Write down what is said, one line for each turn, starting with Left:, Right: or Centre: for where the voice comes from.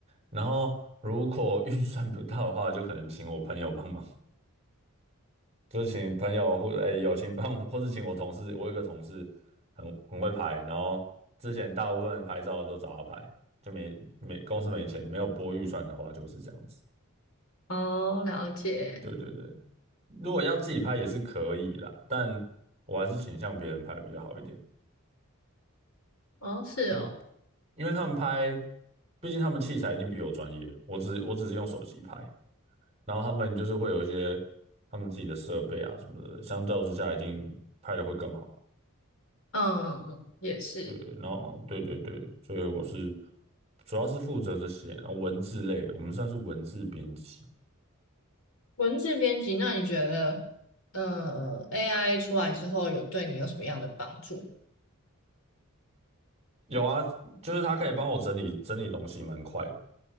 Right: 然后如果预算不到的话，就可能请我朋友帮忙，就是请朋友或哎友情帮我或是请我同事。我有一个同事很很会拍，然后之前大部分拍照都找他拍，就没没公司没钱，没有拨预算的话就是这样子。
Left: 哦，了解。
Right: 对对对，如果要自己拍也是可以啦，但我还是倾向别人拍比较好一点，
Left: 哦，是哦。
Right: 因为因为他们拍，毕竟他们器材一定比我专业，我只我只是用手机拍。然后他们就是会有一些他们自己的设备啊什么的，相较之下一定拍的会更好。
Left: 嗯，也是
Right: 对，然后对对对，所以我是主要是负责这些，然后文字类，我们算是文字编辑。
Left: 文字编辑。那你觉得，呃，AI 出来之后有对你有什么样的帮助？
Right: 有啊，就是他可以帮我整理整理东西，蛮快的。